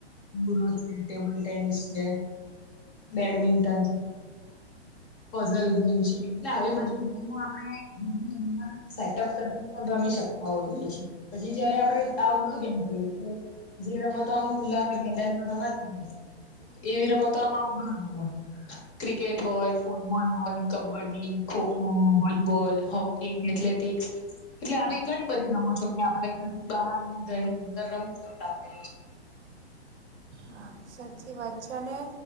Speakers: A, on the left (about 25°); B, on the right (about 85°).
A: <inaudible> છે, ટેબલ ટેનિસ છે, બેડમિન્ટન પઝલ છે એટલે આવી બધી આપણે સેટઅપ કરીને પણ રમી શકીએ. <unintelligible> પછી જ્યારે આપણે આઉટડોર ગેમ તો જે રમતો આમ ખુલ્લા મેદાનમાં રમાતી એવી રમતો આવું ઘણું હોય. ક્રિકેટ હોય ફૂટબોલ હોય, kabaddi kho kho, volleyball hockey. Athletics એટલે આવી ઘણી બધી રમતો છે પણ આપણે ઘરની બહાર <unintelligible>
B: હા સાચી વાત છે અને